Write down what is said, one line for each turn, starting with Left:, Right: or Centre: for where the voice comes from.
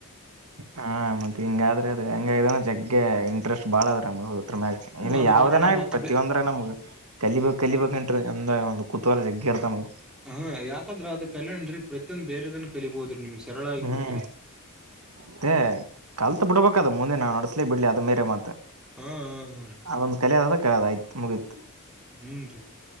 Right: ಹಾ ಮತ್ ಹಿಂಗಾದ್ರೆ ಅದ ಹಂಗ ಇದ ಜಗ್ಗೆ ಇಂಟರೆಸ್ಟ್ ಬಾಳ ಅದ್ರ ನಮ್ಕ್
Centre: ನೀವು
Right: ಇಲ್ಲಿ
Centre: ಅದು
Right: ಯಾವ್ದೇನಾ
Centre: ಬರೋಣ
Right: ಇಲ್
Centre: ಮತ್
Right: ಪ್ರತಿಯೊಂದ್ರ ನಮ್ಗೆ ಕಲಿಬೇಕ್
Centre: ಬೆ
Right: ಕಲಿಬೇಕ್ ಅಂದ ಒಂದು ಕುತೂಲ ಜಗ್ಗಿ ಇರ್ತಾವ ನಮಗೆ
Centre: ಹಾ ಯಾಕಂದ್ರೆ ಅದು ಕಲ್ಯಾಣ್ ರಿ ಪ್ರತಿಯೊಂದ ಬೇರೆದನ್ ಕಲಿಬಹುದು ನಿಮ್ ಸರಳ ಆಗಿಬಿಡತ್ರಿ
Right: ಹ್ಮ್ ಅದೇ ಕಲ್ತೆಬಿಡಬೇಕಕು ಮುಂದೆ ನಾವು ನಡಸ್ಲಿ ಬಿಡ್ಲಿ ಅದ ಬೇರೇ ಮಾತು
Centre: ಹಾ ಹಾ
Right: ಒಂದ್ ಕಲೆ ಅದ ಆಯ್ತ ಮುಗಿತು
Centre: ಹುನ್ರಿ